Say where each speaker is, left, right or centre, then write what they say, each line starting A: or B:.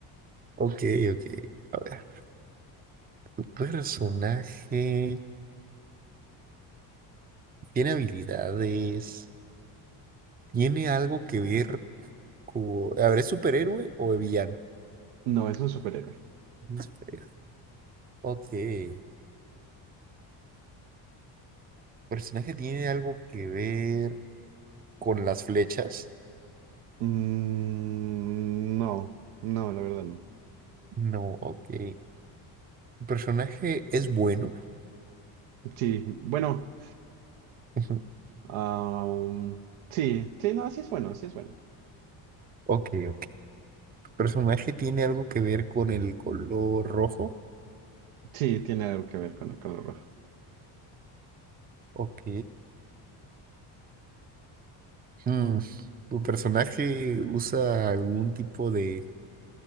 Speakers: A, on the right; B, on the right.
A: Ok, ok. A ver, tu personaje tiene habilidades, tiene algo que ver con... A ver, ¿es superhéroe o villano?
B: No, es un superhéroe.
A: Es superhéroe. Ok. ¿Personaje tiene algo que ver con las flechas?
B: Mm, no, no, la verdad no.
A: No, ok. ¿Tu personaje es bueno?
B: Sí, bueno,
A: <laughs>
B: ah, sí, sí, no, así es bueno, así es bueno.
A: Ok, ok. ¿Personaje tiene algo que ver con el color rojo?
B: Sí, tiene algo que ver con el color rojo.
A: Ok. Hmm, ¿Tu personaje usa algún tipo de,